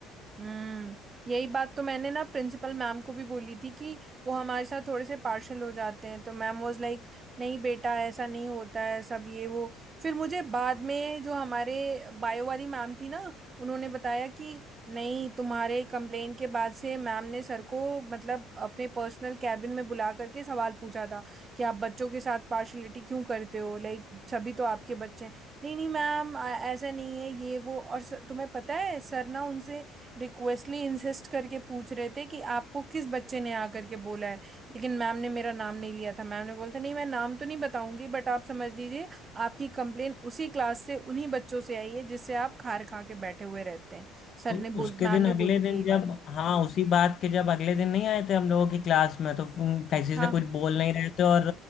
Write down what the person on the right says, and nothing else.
हम्म यही बात तो मैंने ना प्रिंसिपल मैम को भी बोली थी कि वो हमारे साथ थोड़े से पार्शल हो जाते हैं तो मैम वाज लाइक नहीं बेटा ऐसा नहीं होता है सब ये वो फिर मुझे बाद में जो हमारे बायो वाली मैम थी ना उन्होंने बताया कि नहीं तुम्हारे कंप्लेन के बाद से मैम ने सर को मतलब अपने पर्सनल कैबिन में बुला करके सवाल पूछा था कि आप बच्चों के साथ पार्शलिटी क्यों करते हो लाइक सभी तो आपके बच्चे हैं नहीं नहीं मैम आ- ऐसा नहीं है ये वो और सर- तुम्हें पता है सर ना उनसे रिक्वेस्टली इंसिस्ट करके पूछ रहे थे कि आपको किस बच्चे ने आकर के बोला है लेकिन मैम ने मेरा नाम नहीं लिया था मैम ने बोला था नहीं मैं नाम तो नहीं बताऊंगी बट आप समझ लीजिए आपकी कंप्लेन उसी क्लास से उन्हीं बच्चों से आई है जिससे आप खार खा के बैठे हुए रहते हैं सर
ने बोल
मैम
ने
बोली
थी ये
बात
हाँ